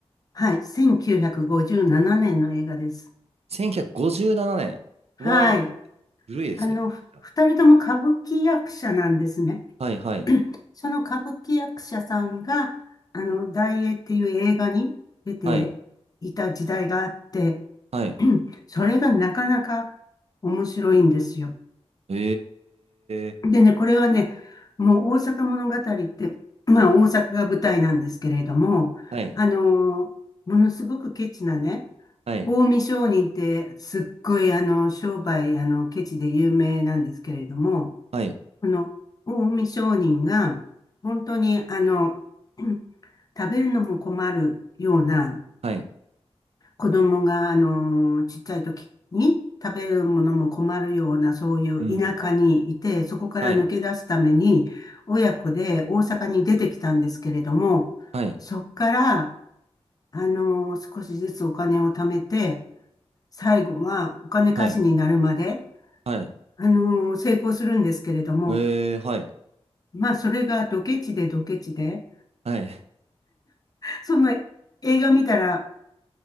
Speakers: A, on the left; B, on the right.
A: はい。1957年の映画です。
B: 1957年。うひゃくごじゅうななねんわー、
A: はい。
B: 古いですね、
A: あの、
B: めちゃくちゃ。
A: ふ二人とも歌舞伎役者なんですね。
B: はい、はい、
A: その歌舞伎役者さんが、あの、大映っていう映画に出ていた時代があって、
B: はい、はい。
A: <clears throat> それがなかなか面白いんですよ。
B: えー、
A: でね、これはね、もう大阪物語って、まあ大阪が舞台なんですけれども、
B: はい、
A: あのーものすごくケチなね、
B: はい、
A: 近江商人ってすっごいあの、商売、あの、ケチで有名なんですけれども、
B: はい、
A: この近江商人が、本当にあの、<clears throat> 食べるのも困るような、
B: はい。
A: 子供が、あの、ちっちゃい時に食べるものも困るような、そういう田舎にいて、
B: うんうん、
A: そこから抜け出すために、
B: はい、
A: 親子で大阪に出てきたんですけれども、
B: はい、
A: そこから、あの、少しずつお金を貯めて、最後はお金貸しになるまで、
B: はい、はい。
A: あの、成功するんですけれども、
B: えー、はい、
A: まあ、それがドケチでドケチで、
B: はい。
A: その映画見たら、